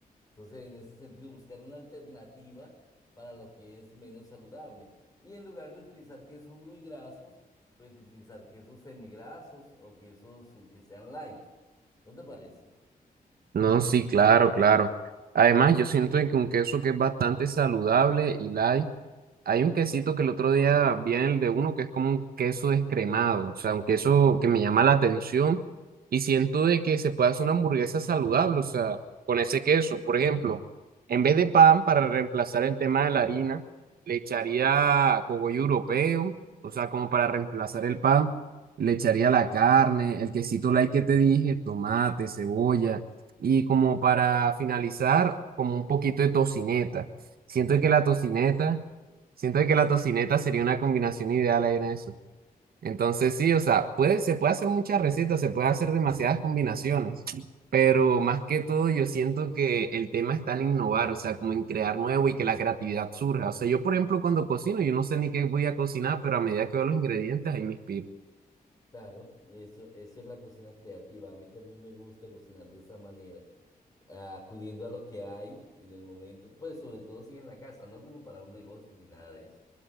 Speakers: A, on the left; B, on the right.
A: Entonces, en ese sentido, buscar una alternativa para lo que es menos saludable. Y en lugar de utilizar quesos muy grasos, pues utilizar quesos semigrasos o quesos que sean light. ¿No te parece?
B: No, sí, claro, claro. Además, yo siento de que un queso que es bastante saludable y light. Hay un quesito que el otro día vi en el de uno que es como un queso descremado, o sea, un queso que me llama la atención y siento de que se puede hacer una hamburguesa saludable, o sea, con ese queso, por ejemplo, en vez de pan para reemplazar el tema de la harina, le echaría cogollo europeo, o sea, como para reemplazar el pan, le echaría la carne, el quesito light que te dije, tomate, cebolla y como para finalizar, como un poquito de tocineta. Siento que la tocineta Siento que la tocineta sería una combinación ideal ahí en eso. Entonces sí, o sea, puede, se puede hacer muchas recetas, se puede hacer demasiadas combinaciones, pero más que todo yo siento que el tema está en innovar, o sea, como en crear nuevo y que la creatividad surja. O sea, yo por ejemplo cuando cocino, yo no sé ni qué voy a cocinar, pero a medida que veo los ingredientes ahí me inspiro.
A: Claro, eso, eso es la cocina creativa. A mí también me gusta cocinar de esa manera, ah, acudiendo a lo que hay en el momento, pues sobre todo si en la casa, no como para un negocio ni nada de eso,